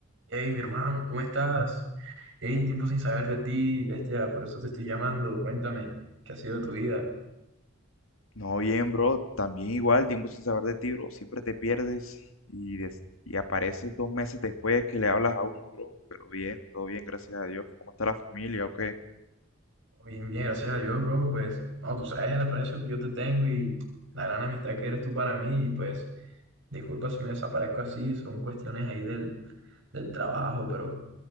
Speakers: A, on the right; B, on the left.
A: Hey, mi hermano, ¿cómo estás? Hey, tiempo sin saber de ti, bestia, por eso te estoy llamando. Cuéntame, ¿qué ha sido de tu vida?
B: No, bien, bro. También igual, tiempo sin saber de ti, bro. Siempre te pierdes y, des- y apareces dos meses después que le hablas a uno, bro. Pero bien, todo bien, gracias a Dios. ¿Cómo está la familia o qué?
A: Oh, Bien, bien, gracias a Dios, bro. Pues, no, tú sabes el aprecio que yo te tengo y la gran amistad que eres tú para mí. Y pues, disculpa si me desaparezco así, son cuestiones ahí del, del trabajo, pero,